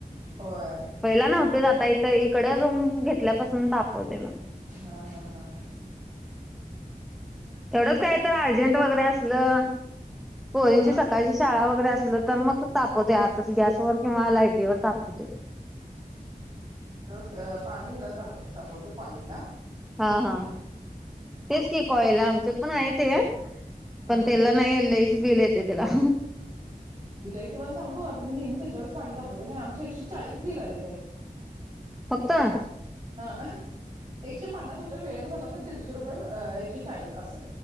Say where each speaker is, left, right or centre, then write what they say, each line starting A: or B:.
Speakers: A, on the right (about 30°); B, in the centre.
A: होय.
B: पहिला नव्हते जात ताई ताई इकड रूम घेतल्यापासून तापवतय मग.
A: हां हां हां हां
B: तेवढंच काय तर अर्जंट वगरे असलं पोरींची
A: हा
B: सकाळची शाळा वगैरे असन तर मग तापवते आतच गॅसवर हा लायटीवर तापवते
A: अ पाणी हेलाचं ताप तापवते कॉईलला
B: हां हां तेच की कॉइल आमच्यात पण आहे ते
A: हम्म
B: पण तेला नाई लईच बिल ये ये त्याला
A: मी ताई तुम्हाला सांगू आता मी नेहमी त्याच्यावरच पाणी तापवते काय आमचं एकशे चाळीस बिल आले ताई
B: <inaudible>
A: हां एकशे पन्नास होतय वेळेत भरला दीडशे रुपये अ एकशे चाळीस असं